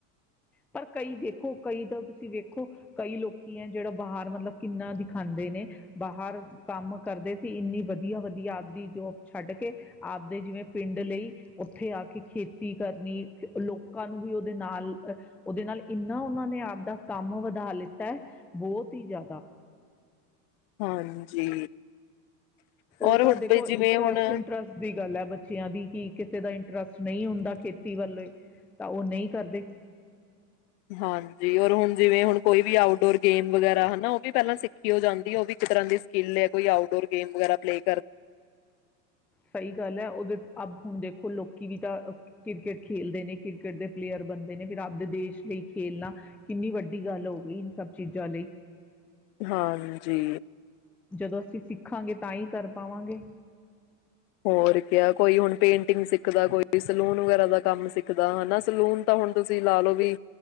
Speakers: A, in the centre; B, on the left.
A: ਪਰ ਕਈ ਦੇਖੋ ਕਈ ਤਾਂ ਤੁਸੀਂ ਵੇਖੋ ਕਈ ਲੋਕੀ ਹੈ ਜਿਹੜਾ ਬਾਹਰ ਮਤਲਬ ਕਿੰਨਾ ਦਿਖਾਉਂਦੇ ਨੇ ਬਾਹਰ ਕੰਮ ਕਰਦੇ ਸੀ ਇੰਨੀ ਵਧੀਆ ਵਧੀਆ ਆਪਦੀ ਜੋਬ ਛੱਡ ਕੇ ਆਪਦੇ ਜਿਵੇਂ ਪਿੰਡ ਲਈ ਉੱਥੇ ਆ ਕੇ ਖੇਤੀ ਕਰਨੀ ਲੋਕਾਂ ਨੂੰ ਵੀ ਉਹਦੇ ਨਾਲ। ਲੋਕ। ਉਹਦੇ ਨਾਲ ਇੰਨਾ ਉਹਨਾਂ ਨੇ ਆਪਦਾ ਕੰਮ ਵਧਾ ਲਿੱਤਾ ਹੈ ਬਹੁਤ ਹੀ ਜ਼ਿਆਦਾ
B: ਹਾਂਜੀ।
A: ਉਹ
B: ਔਰ
A: ਤਾਂ
B: ਹੁਣ
A: ਦੇਖੋ
B: ਜਿਵੇਂ
A: ਇੰਟਰਸਟ
B: ਹੁਣ
A: ਇੰਟਰਸਟ ਦੀ ਗੱਲ ਹੈ ਬੱਚਿਆਂ ਦੀ ਕਿ ਕਿਸੇ ਦਾ ਇੰਟਰਸਟ ਨਹੀਂ ਹੁੰਦਾ ਖੇਤੀ ਵੱਲ। ਤਾਂ ਉਹ ਨਹੀਂ ਕਰਦੇ।
B: ਹਾਂਜੀ ਰ ਹੁਣ ਜਿਵੇਂ ਹੁਣ ਕੋਈ ਵੀ ਆਊਟਡੋਰ ਗੇਮ ਵਗੈਰਾ ਹਨਾ ਉਹ ਵੀ ਪਹਿਲਾਂ ਸਿੱਖੀ ਹੋ ਜਾਂਦੀ ਉਹ ਵੀ ਇੱਕ ਤਰ੍ਹਾਂ ਦੀ ਸਕਿੱਲ ਹੈ ਕੋਈ ਆਊਟ ਡੋਰ ਗੇਮ ਵਗੈਰਾ ਪ।
A: ਸਹੀ ਗੱਲ ਹੈ ਉਹਦੇ। ਅਬ ਹੁਣ ਦੇਖੋ ਲੋਕੀ ਵੀ ਤਾਂ ਕ੍ਰਿਕਟ ਖੇਲਦੇ ਨੇ ਕ੍ਰਿਕਟ ਦੇ ਪਲੇਅਰ ਬਣਦੇ ਨੇ ਫਿਰ ਆਪਦੇ ਦੇਸ਼ ਲਈ ਖੇਲਣਾ ਕਿੰਨੀ ਵੱਡੀ ਗੱਲ ਹੋ ਗਈ ਇ ਸਭ ਚੀਜ਼ਾਂ ਲਈ।
B: ਹਾਂਜੀ।
A: ਜਦੋਂ ਅਸੀਂ ਸਿੱਖਾਂਗੇ ਤਾਂ ਹੀ ਕਰ ਪਾਵਾਂਗੇ।
B: ਹੋਰ ਕ ਕੋਈ ਹੁਣ ਪੇਂਟਿੰਗ ਸਿੱਖਦਾ ਕੋਈ ਸਲੂਨ ਵਗੈਰਾ ਦਾ ਕੰਮ ਸਿੱਖਦਾ ਹਨਾ ਸਲੂਨ ਤਾਂ ਹੁਣ ਤੁਸੀਂ ਲਾ ਲਓ ਵੀ